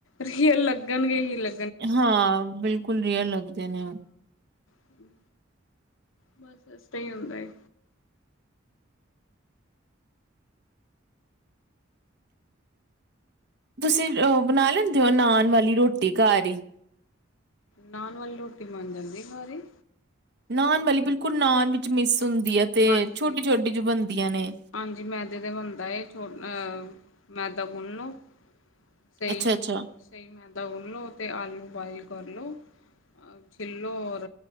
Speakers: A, on the left; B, on the right.
A: ਰੀਅਲ ਲੱਗਣਗੇ ਹੀ ਲ
B: ਹਾਂ ਬਿਲਕੁਲ ਰੀਅਲ ਲੱਗਦੇ ਨੇ ਉਹ
A: ਹਮ ਬਸਸ ਸਟੇ ਹੁੰਦਾ ਏ
B: ਤੁਸੀਂ ਬਣਾ ਲੈਂਦੇ ਹੋ ਨਾਨ ਵਾਲੀ ਰੋਟੀ ਘਰ ਹੀ
A: ਨਾਨ ਵਾਲੀ ਰੋਟੀ ਬਨ ਜਾਂਦੀ ਹੈ ਘਰ ਹੀ
B: ਨਾਨ ਵਾਲੀ ਬਿਲਕੁਲ ਨਾਨ ਵਿੱਚ ਮਿਸ ਹੁੰਦੀ ਹੈ ਤੇ
A: ਹਾਂਜੀ
B: ਛੋਟੀ ਛੋਟੀ
A: ਹਾਂਜੀ
B: ਜੋ ਬਣਦੀਆਂ ਨੇ
A: ਹਾਂਜੀ ਮੈਦੇ ਦਾ ਬੰਦਾ ਛੋਟ ਅਹ ਆਟਾ ਗੁੰਨ ਲਓ ਸਹੀ
B: ਅੱਛਾ ਅੱਛਾ
A: ਸਹੀ ਮੈਦਾ ਗੋਨਲੋ ਤੇ ਆਲੂ ਬੁਇਲ ਕਰ ਲੋ ਅ ਛਿੱਲੋ ਔਰ